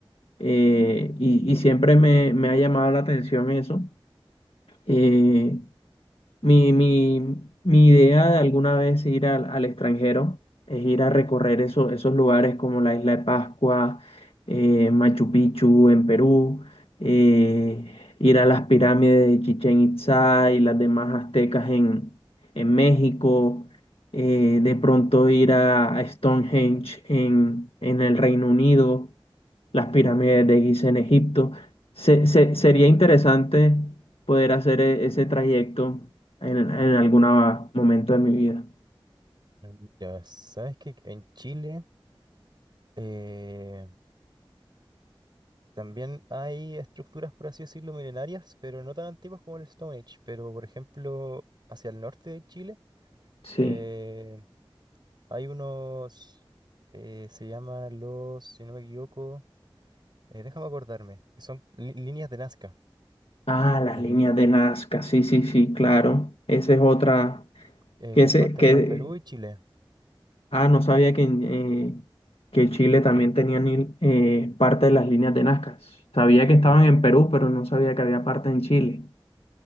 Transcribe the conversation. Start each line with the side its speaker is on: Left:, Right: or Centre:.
Left: eh, y, y siempre me, me ha llamado la atención eso. eh, Mi, mi, mi idea de alguna vez ir al, al extranjero es ir a recorrer eso- esos lugares como la Isla de Pascua, eh, Machu Picchu en Perú, eh, ir a las pirámides de Chichén Itzá y las demás aztecas en, en México, eh, de pronto ir a, a Stonehenge en, en el Reino Unido, las pirámides de Giza en Egipto. Se- se- sería interesante poder hacer e- ese trayecto en, en algún momento de mi vida.
Right: Mm, Ya sabes que en Chile eh, también hay estructuras, por así decirlo, milenarias, pero no tan antiguas como el Stone Age. Pero, por ejemplo, hacia el norte de Chile
Left: Sí.
Right: eh, hay unos, eh, se llaman los, si no me equivoco, eh, déjame acordarme, que son li- líneas de Nazca.
Left: Ah, las
Right: Las
Left: líneas
Right: líneas.
Left: de Nazca, sí, sí, sí, claro. Esa es otra,
Right: Eh,
Left: que
Right: comparten
Left: ese, que,
Right: con Perú y Chile.
Left: ah, no sabía que, en, eh, que Chile también tenía ni- eh, parte de las líneas de Nazca. Sabía que estaban
Right: Sí.
Left: en Perú, pero no sabía que había parte en Chile.